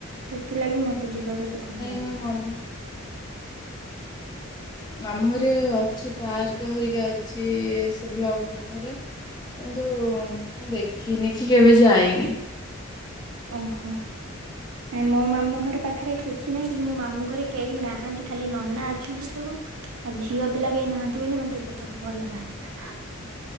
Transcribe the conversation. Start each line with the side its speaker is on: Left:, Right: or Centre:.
Right: ସେଥିଲାଗି ମତେ ଯିବାକୁ ଏତେ ଭଲ ଲାଗେନା।
Left: ମୋ ମାମୁଁ
Right: <inaudible>
Left: ମାମୁଁ ହରେ ଅଛି ପାର୍କ ହେରିକା ଅଛି। ସେ ବ୍ଲକ ପାଖରେ କିନ୍ତୁ ମୁଁ ଦେଖିନି କି କେବେ ଯାଇନି।
Right: ଓହୋ ନାଇଁ ମୋ ମାମୁଁ ଘର ପାଖରେ କିଏ? ଅଛି ନାହିଁ କିନ୍ତୁ ମୋ ମାମୁଁ ଘରେ କେହି ନାହାଁନ୍ତି। ଖାଲି ନନା ଅଛନ୍ତି। ସବୁ ଆଉ ଝିଅ ପିଲା କେହି ନାହାଁନ୍ତି ବୋଲି ମତେ ଯିବାକୁ ଭଲ ଲାଗେନା।